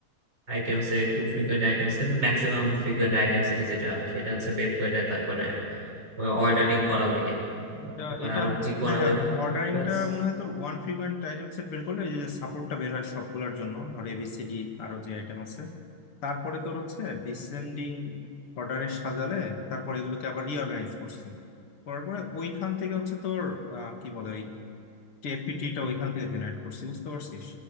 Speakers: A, on the right; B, on the left.
A: আইটেমস এর টু ফ্রিকোয়েন্ট আইটেমস এর ম্যাক্সিমাম ফ্রিকোয়েন্ট আইটেমস এর যেটা সেটা হচ্ছে বের করে তারপরে অর্ডারিং করা লাগে
B: এটা
A: তারপরে
B: এটা
A: আরো
B: হচ্ছে
A: কি কি করা
B: হ্যাঁ হ্যাঁ
A: লাগে না
B: অর্ডারিংটা
A: ওটা হচ্ছে-
B: মনে হয় তোর ওয়ান ফ্রিকোয়েন্ট আইটেম সেট বের করলে এই যে সাপোর্টটা বের হয় সবগুলোর জন্য ধর এবিসিডি আরো যে আইটেম আছে তারপরে তোর হচ্ছে ডিসেন্ডিং অর্ডারে সাজালে তারপর এগুলোকে আবার রিঅর্গানাইজ করছি করার পরে ওইখান থেকে হচ্ছে তোর আহ, কি বলে ওই টিএফপিটিটা ওইখান থেকে জেনারেট করছি বুঝতে পারছিস